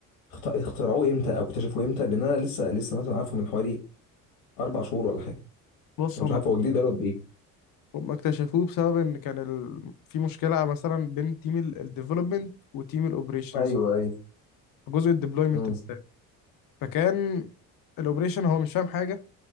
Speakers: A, on the left; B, on the left.
A: اخت- اخترعوه امتى او اكتشفوه امتى لان انا لسه لسه مثلا عارفه من حوالي اربع شهور ولا حاجه
B: بص
A: فمش
B: هم
A: عارف هو جديد بقاله قد ايه
B: هم اكتشفوه بسبب ان كان ال... في مشكله مثلا بين تيم الديفلوبمنت وتيم الاوبريشنز
A: ايوه ايوه
B: جزء الديبلويمنت
A: امم
B: فكان الاوبريشن هو مش فاهم حاجه